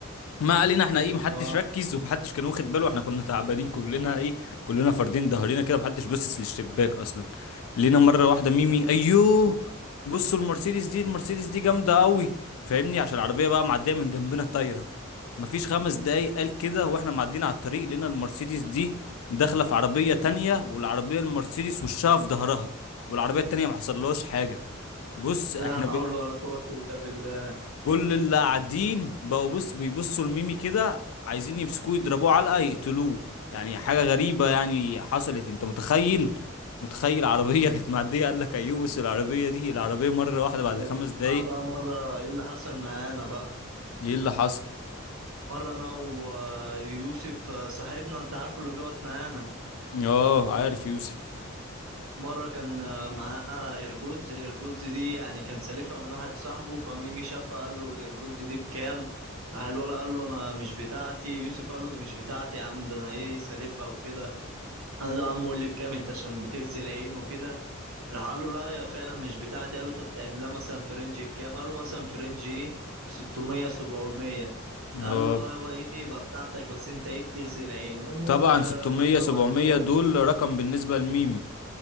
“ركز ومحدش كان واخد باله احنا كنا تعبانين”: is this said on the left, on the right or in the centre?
Left